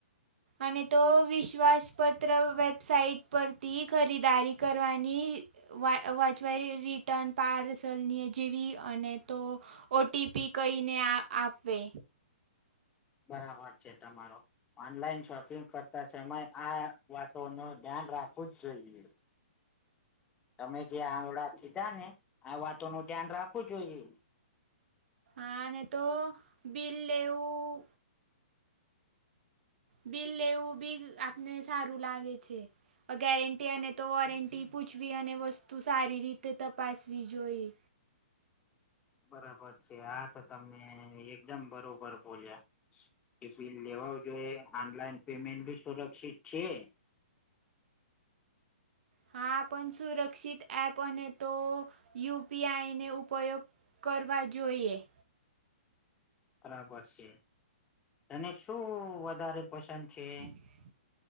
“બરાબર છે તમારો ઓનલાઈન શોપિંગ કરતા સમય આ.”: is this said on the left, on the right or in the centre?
Left